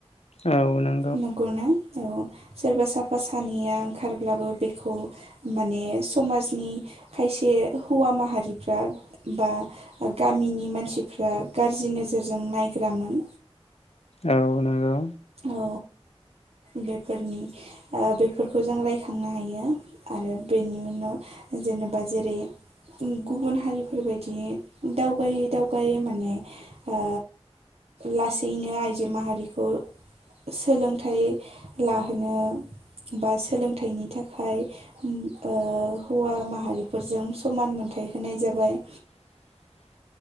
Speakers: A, on the left; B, on the right.
A: औ नों
B: नंगौना? औ सोरबा साफा सानैया ओंखारब्लाबो बेखौ माने समाजनि खायसे हौवा माहारिफ्रा बा गामिनि मानसिफ्रा गाज्रि नोजोरजों नायग्रामोन।
A: औ नंगौ।
B: औ बेफोरनि आ बेफोरखौ जों राय खांनो हायो आरो बेनि उनाव जेनेबा जेरै ओम गुबुन हारिफोरबायदियै दावगायै दावगायै माने ओ लासैनो आइजो माहारिखौ सोलोंथाइ लाहोनो बा सोलोंथाइनि थाखाय ओम ओ हौवा माहारिफोरजों समान मोनथाय होनाय जाबाय।
A: <inaudible>